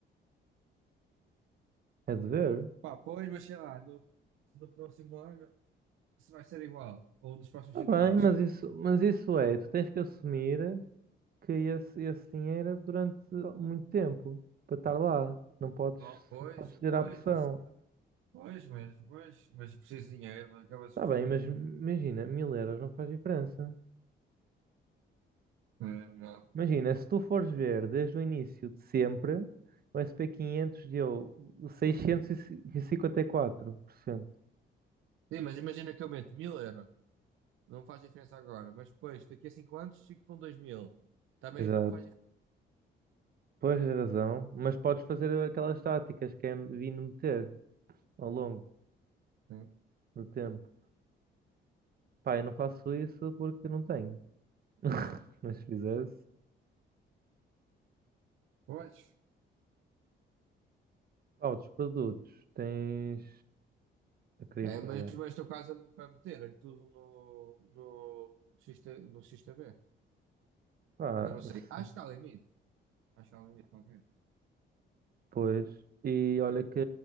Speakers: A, on the right; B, on the right.
A: é de ver.
B: Pá, pois, mas sei lá, no, no próximo ano, se vai ser igual, ou nos próximos
A: Está
B: 5
A: bem,
B: anos.
A: mas
B: Sei lá.
A: isso, mas isso é, tu tens que assumir. que esse, esse dinheiro é durante muito tempo para estar lá. Não podes,
B: Não, pois,
A: não podes ceder
B: pois,
A: à pressão.
B: isso, pois, mas, pois, mas eu preciso de dinheiro, mas acaba-se...
A: Está bem, mas imagina, mil euros não faz diferença.
B: É, Não.
A: Imagina, se tu fores ver desde o início de sempre, o SP500 deu 654%.
B: Sim, mas imagina que eu meto 1000 euros, não faz diferença agora, mas depois, daqui a 5 anos, fico com dois mil Também
A: Exato,
B: não faz diferença.
A: pois tens razão, mas podes fazer aquelas táticas que é vindo meter ao longo
B: né?
A: do tempo. Pá, eu não faço isso porque não tenho. <laughs> Mas se fizesse.
B: Pois.
A: Ah, outros produtos. Tens a cripto,
B: É,
A: é.
B: mas, mas estou quase a me- para meter aí tudo no, no, XT, no X T B,
A: Pá,
B: Mas não sei.
A: se-
B: Acho que está limite. Acho que está limite qualquer.
A: pois. E olha que,